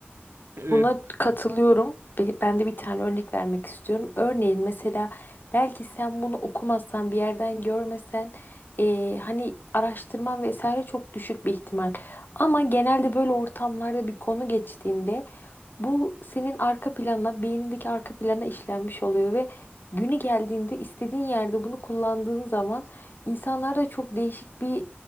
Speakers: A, on the right (about 85°); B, on the left (about 55°).
A: <clears throat> e,
B: Buna
A: kısmı.
B: katılıyorum. Be- Ben de bir tane örnek vermek istiyorum. Örneğin mesela belki sen bunu okumazsan bir yerden görmesen eee, hani araştırman vesaire çok düşük bir ihtimal. Ama genelde böyle ortamlarda bir konu geçtiğinde bu senin arka plana, beynindeki arka plana işlenmiş oluyor ve günü geldiğinde istediğin yerde bunu kullandığın zaman insanlarda çok değişik bir